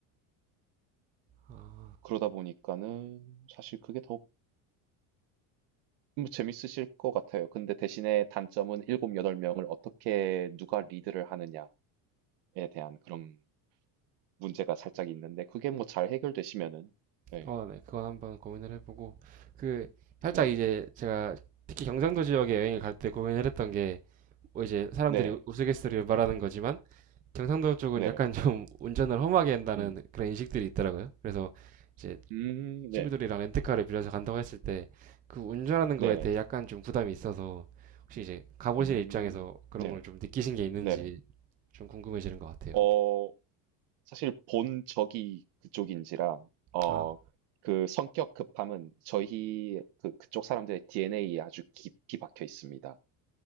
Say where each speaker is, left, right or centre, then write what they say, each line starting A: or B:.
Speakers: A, on the right; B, on the right.
A: 아,
B: 그러다 보니까는 사실 그게 더 뭐 재밌으실 것 같아요. 근데 대신에 단점은 7, 8명을 어떻게 누가 리드를 하느냐에 대한 그런 문제가 살짝 있는데, 그게 뭐 잘 해결되시면은, 네,
A: 어, 네. 그건 한번 고민을 해보고. 그, 살짝
B: 네네,
A: 이제 제가 특히 경상도
B: 네,
A: 지역에 여행을 갈 때 고민을 했던 게, 뭐 이제 사람들이
B: 네,
A: 우스갯소리로 말하는 거지만, 경상도 쪽은
B: 네네,
A: 약간 좀 <laughs> 운전을 험하게 한다는
B: 음,
A: 그런 인식들이 있더라고요. 그래서 이제
B: 음,
A: 친구들이랑
B: 네,
A: 렌트카를 빌려서 간다고 했을 때 그 운전하는 거에
B: 네네,
A: 대해 약간 좀 부담이 있어서 혹시
B: 음,
A: 이제 가보실
B: 음,
A: 입장에서 그런
B: 네네.
A: 걸 좀 느끼신 게 있는지
B: 네네.
A: 좀 궁금해지는 것 같아요.
B: 어, 사실 본 적이 그쪽인지라, 어,
A: 아,
B: 그 성격 급함은 저희 그, 그쪽 사람들의 DNA에 아주 깊이 박혀 있습니다.